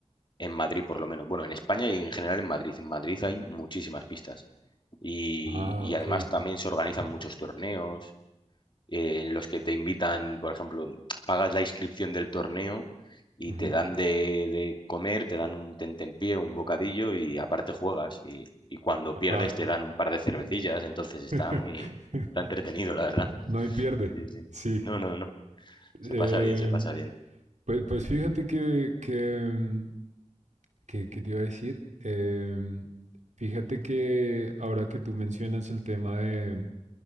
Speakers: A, on the left (about 40°); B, on the right (about 80°).
A: En Madrid, por lo menos. Bueno, en España y en general en Madrid. En Madrid hay muchísimas pistas. Y,
B: Ah,
A: y
B: ok.
A: además también se organizan muchos torneos eh, en los que te invitan, por ejemplo, pagas la inscripción del torneo y
B: Ujú.
A: te dan de, de comer, te dan un tentempié, un bocadillo y aparte juegas. Y, y cuando
B: Ajá.
A: pierdes te dan un par de cervecillas. Entonces está
B: <laughs>
A: muy está entretenido, la verdad.
B: No hay pierde.
A: Sí, sí.
B: Sí.
A: No, no, no. Se
B: Eh,
A: pasa bien, se pasa bien.
B: Pues, pues fíjate que, que, mm, que- que te iba a decir, Em, fíjate que ahora que tú mencionas el tema de,